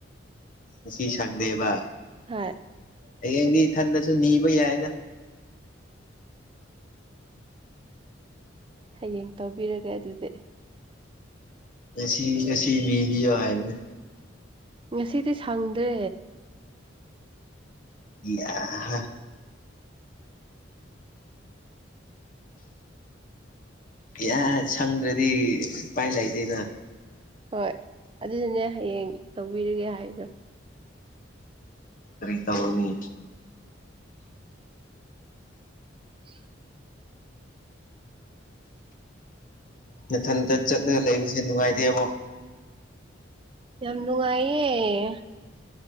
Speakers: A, on the left; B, on the right.
A: ꯈꯨꯁꯤ ꯁꯛꯗꯕ
B: ꯍꯣꯏ
A: ꯍꯌꯦꯡꯗꯤ ꯏꯊꯟꯗꯁꯨ ꯅꯤꯕ ꯌꯥꯏꯅ
B: ꯍꯌꯦꯡ ꯇꯧꯕꯤꯔꯒꯦ ꯑꯗꯨꯗꯤ
A: ꯉꯁꯤ ꯉꯁꯤ ꯅꯤꯕꯤꯌꯣ ꯍꯥꯏꯕꯅꯦ
B: ꯉꯁꯤꯗꯤ ꯁꯪꯗ꯭ꯔꯦ
A: ꯌꯥꯍꯥ ꯏ ꯁꯪꯗ꯭ꯔꯗꯤ ꯏꯄꯥꯏ ꯂꯩꯗꯦꯅ
B: ꯍꯣꯏ ꯑꯗꯨꯗꯨꯅꯦ ꯍꯌꯦꯡ ꯇꯧꯕꯤꯔꯒꯦ ꯍꯥꯏꯗꯣ
A: ꯇꯔꯤ ꯇꯧꯕꯅꯤ
B: <inaudible>
A: ꯃꯊꯟꯇ ꯆꯠꯂꯒ ꯂꯩꯕꯁꯦ ꯅꯨꯡꯉꯥꯏꯇꯦꯕ
B: ꯌꯥꯝ ꯅꯨꯡꯉꯥꯏꯌꯦꯦ